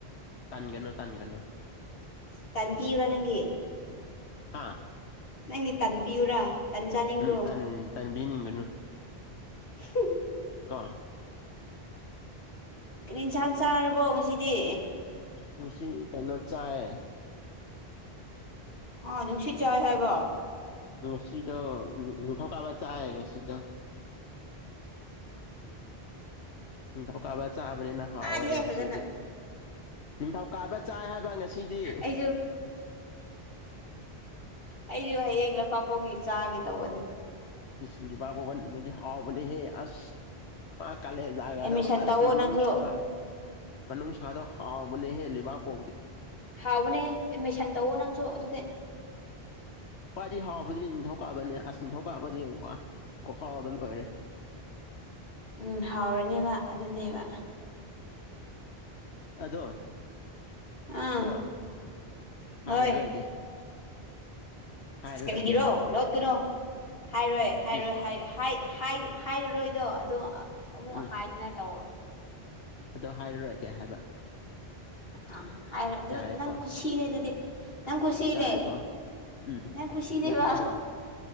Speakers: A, on the left (about 90°); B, on the left (about 65°).
A: ꯇꯥꯟꯒꯅꯨ ꯇꯥꯟꯒꯅꯨ
B: ꯇ ꯇꯤ ꯏ꯭ꯔ ꯅꯪꯦ
A: ꯍꯥꯥ
B: ꯅꯪꯒꯤ ꯇꯟꯕꯤꯌꯨꯔꯥ ꯇꯟꯖꯥꯅꯤꯡꯕꯨꯔꯣ
A: ꯎꯝ ꯇꯟ ꯇꯟꯕꯤꯅꯤꯡꯒꯅꯨ
B: ꯍ
A: ꯀꯣ
B: ꯀꯔꯤ ꯌꯦꯟꯁꯥꯡ ꯆꯥꯔꯕꯣ ꯉꯁꯤꯗꯤ
A: ꯉꯁꯤ ꯀꯩꯅꯣ ꯆꯌꯦ
B: ꯑꯥ ꯅꯨꯡꯁꯤꯠ ꯆꯥꯏ ꯍꯥꯏꯕꯣ
A: ꯉꯁꯤꯗꯣ ꯅꯤꯡ ꯊꯧꯀꯥꯕ ꯆꯥꯏ ꯉꯁꯤꯗ ꯅꯤꯡꯊꯧꯀꯥꯕ ꯆꯥꯕꯅꯤꯅ ꯍꯥꯎꯋꯦ
B: ꯇꯥꯗꯤꯍꯦ
A: ꯑꯩ ꯉꯁꯤꯗꯤ
B: ꯐꯖꯅ
A: ꯅꯤꯡꯊꯧꯀꯥꯕ ꯆꯥꯏ ꯍꯥꯏꯕ ꯉꯁꯤꯗꯤ
B: ꯑꯩꯁꯨ ꯑꯩꯁꯨ ꯍꯌꯦꯡꯂ ꯂꯄꯥꯄꯣꯛꯒꯤ ꯆꯥꯒꯦ ꯇꯧꯕꯅꯦ
A: ꯏꯁꯗꯤ ꯕꯥꯕꯕꯥꯕꯟ ꯃ ꯍꯥꯎꯕꯅꯦ ꯍꯦ ꯑꯁ ꯃꯥ ꯀꯂꯦꯖꯒꯗꯣ
B: ꯑꯦꯠꯃꯤꯁꯟ
A: ꯑꯁ
B: ꯇꯧꯋꯣ
A: ꯃꯅꯨꯁꯔ
B: ꯅꯪꯁꯨ
A: ꯃꯅꯝ ꯁꯥꯗꯣ ꯍꯥꯥꯎꯕꯅꯦꯍ ꯂ ꯂꯤꯕꯥ ꯄꯣ
B: ꯍꯥꯎꯕꯅꯦ ꯃꯦꯁꯟ ꯇꯧꯋ ꯅꯪꯁꯨ ꯑꯗꯨꯗꯤ
A: ꯈ꯭ꯋꯥꯏꯗꯤ ꯍꯥꯎꯕꯗꯤ ꯅꯤꯡꯊꯧꯀꯥꯕꯅꯦ ꯑꯁ ꯅꯤꯡꯊꯧꯀꯥꯕꯗꯤ ꯌꯦꯡ ꯋꯥ ꯍꯥꯎꯗꯅ ꯂꯣꯏꯔꯦ
B: ꯎꯝ ꯍꯥꯎꯔꯅꯦꯕ ꯑꯗꯨꯅꯦꯕ
A: ꯑꯗꯣ
B: ꯑꯥ
A: ꯀꯣ
B: ꯍꯣꯏ
A: ꯍꯥꯏꯔꯔꯣꯏꯒꯦ ꯍꯥꯏꯔꯔꯣꯏꯒꯦ
B: ꯀꯔꯤꯒꯤꯔꯣ
A: ꯍꯥꯏꯕ
B: ꯂꯣꯠꯇꯨꯅꯣ ꯍꯥꯏꯔꯣꯏ ꯍꯥꯏꯔꯣꯏ
A: ꯏꯁ
B: ꯍꯥꯏ ꯍꯥꯏ ꯍꯥꯏꯔꯔꯣꯏꯗꯣ ꯑꯗꯣ ꯑꯃꯨꯛ
A: ꯎꯝ
B: ꯍꯥꯏꯅꯤꯡꯉꯥꯏ ꯇꯧꯔꯛ
A: ꯑꯗꯣ ꯍꯥꯏꯔꯔꯣꯏ ꯀꯦ ꯍꯥꯏꯕ
B: ꯑ ꯍꯥꯏꯔ ꯑꯗꯨ
A: ꯌꯥꯔꯦꯀꯣ
B: ꯅꯪ ꯈꯨꯁꯤꯅꯦꯦ ꯑꯗꯨꯗꯗꯤ ꯅꯪ ꯈꯨꯨꯁꯤꯅꯦ
A: ꯌꯥꯔꯦꯀꯣ ꯎꯝ
B: ꯅꯪ ꯈꯨꯁꯤꯅꯦꯕ
A: ꯉꯁꯥꯏꯗꯣ